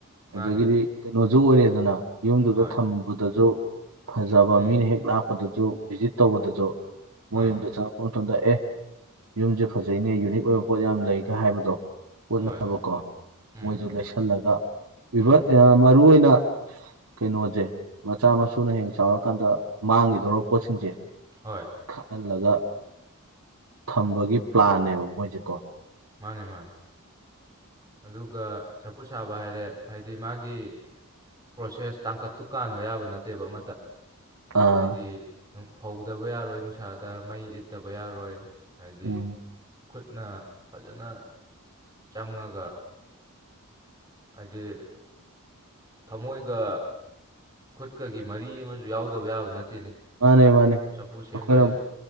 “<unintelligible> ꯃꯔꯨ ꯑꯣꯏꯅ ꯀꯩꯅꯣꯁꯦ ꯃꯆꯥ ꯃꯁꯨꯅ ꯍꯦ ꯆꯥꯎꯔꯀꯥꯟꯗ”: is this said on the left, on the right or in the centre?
Right